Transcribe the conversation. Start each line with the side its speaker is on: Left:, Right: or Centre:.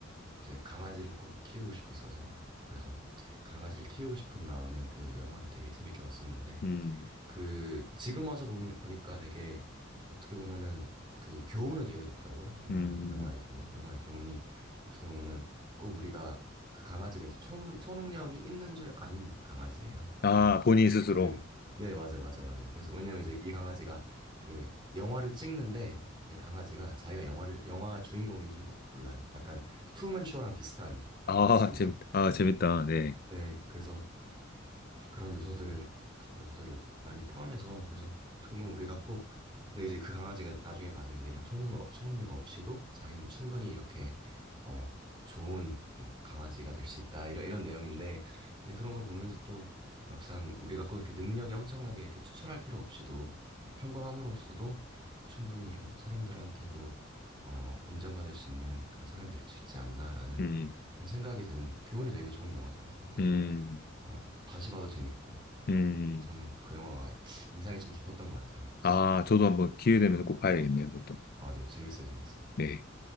Right: 이제 강아지를 꼭 키우고 싶었어서 그래서 강아지를 키우고 싶은 마음에 그 영화를 되게 재밌게 봤었는데
Left: 음,
Right: 그 지금 와서 보면 보니까 되게 어떻게 보면은 그 교훈은 되게 좋더라고요. 영화의
Left: 음.
Right: 영화의 교훈, 영화의 교훈이 어떻게 보면은 꼭 우리가 그 강아지가 이제 초능, 초능력이 있는 줄 아는 강아지예요.
Left: 아,
Right: 그래서
Left: 본인 스스로.
Right: 그 네, 맞아요, 맞아요, 맞아요. 그래서 왜냐면 이제 이 강아지가 그 영화를 찍는데 이 강아지가 자기가 영화를 영화 주인공인 줄 몰라요. 약간 트루먼 쇼랑 비슷한 그런
Left: 아,
Right: 컨셉이죠.
Left: 재밌다. 아, 재밌다. 네.
Right: 네, 그래서 그런 요소들을 그런 요소들을 많이 포함해서 그래서 어떻게 보면 우리가 꼭 근데 이제 그 강아지가 나중에 가서 이제 이런 초능력 초능력 없이도 자기는 충분히 이렇게 어 좋은 뭐 강아지가 될 수 있다 이런 이런 내용인데 근데 그런 걸 보면서 또 막상 우리가 꼭 이렇게 능력이 엄청나게 이렇게 투철할 필요 없이도 이렇게 평범함으로써도 충분히 어, 사람들한테도 어 인정받을 수 있는 그런 사람이 될 수 있지 않나라는
Left: 음,
Right: 그런 생각이 드는 교훈이 되게 좋은 영화더라고요. 그래서
Left: 음.
Right: 어, 다시 봐도 재밌고 그래서
Left: 음,
Right: 저는 그 영화가 인상이 좀 깊었던 것 같아요.
Left: 아,
Right: 혹시
Left: 저도 한번 기회 되면 꼭 봐야겠네요, 그것도.
Right: 아, 네, 재밌어요, 재밌어요.
Left: 네.